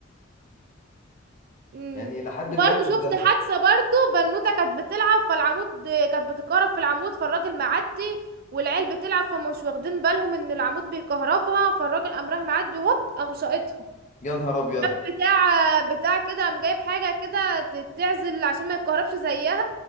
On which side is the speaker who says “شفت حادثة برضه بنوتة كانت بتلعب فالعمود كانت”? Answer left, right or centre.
Right